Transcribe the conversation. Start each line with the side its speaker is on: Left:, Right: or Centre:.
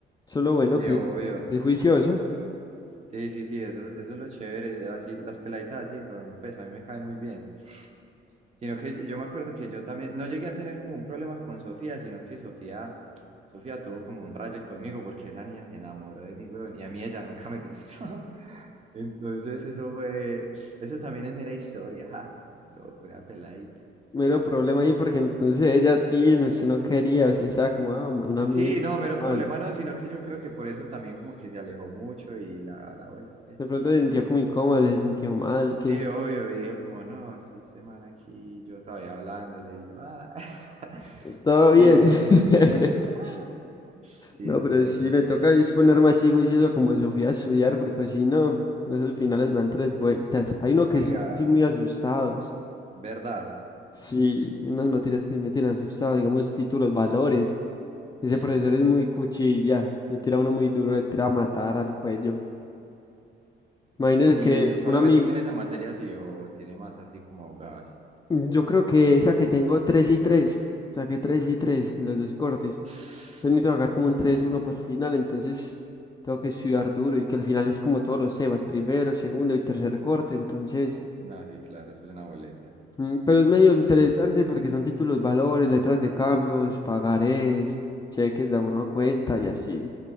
Left: Solo bueno
Right: Sí,
Left: que
Right: obvio.
Left: es juiciosa.
Right: Sí, sí, sí, eso, eso es lo chévere. Así, las peladitas así son, pues a mí me caen muy bien. Sino que yo me acuerdo que yo también, no llegué a tener como un problema con Sofía, sino que Sofía, Sofía tuvo como un rayo conmigo porque esa niña se enamoró de mí, weón, y a mí ella nunca me gustó. <laughs> Entonces eso fue, eso también es mera historia, ja. Todo con la peladita,
Left: mero
Right: fue pucha.
Left: problema ahí porque entonces ella a ti, no, usted no quería, usted estaba como ah, un amigo,
Right: Sí, no, mero
Left: mal.
Right: problema no, sino que yo creo que por eso también como que se alejó mucho y la, la vuelta, pues,
Left: De
Right: y
Left: pronto
Right: pilla.
Left: se sintió como incómodo, se sintió mal, quién
Right: Sí,
Left: sabe.
Right: obvio, y dijo como, no, sí, semana aquí, yo todavía hablándole, y yo, ah. <laughs>
Left: Todo
Right: Sí,
Left: bien.
Right: sí,
Left: <laughs>
Right: sí, sí, como, ah. Sí,
Left: No,
Right: esa
Left: pero
Right: es mera
Left: sí
Right: historia.
Left: me toca disponerme así juicioso como Sofía a estudiar, porque si no, no, esos finales me dan tres vueltas. Hay uno que
Right: Oiga,
Left: sí me tiene muy asustados.
Right: ¿verdad?
Left: Sí, unas materias que sí me tienen asustado, digamos títulos, valores. Ese
Right: Sí.
Left: profesor es muy cuchilla, le tira a uno muy duro, le tira a matar al cuello. Imagínese
Right: ¿Y
Left: que
Right: solamente
Left: un amigo,
Right: tiene esa materia así o tiene más así como abogadas?
Left: Mm, Yo creo que esa que tengo 3 y 3. Saqué 3 y 3 en los dos cortes.
Right: <sniffs>
Left: Entonces necesito sacar como
Right: Mm.
Left: un tres uno para el final. Entonces tengo que estudiar duro y que al final es como todos los temas, primero, segundo y tercer corte. Entonces,
Right: No, sí, claro, eso es una boleta.
Left: mm, pero es medio interesante porque son títulos, valores, letras de cambios, pagarés, cheques de abono a cuenta y así.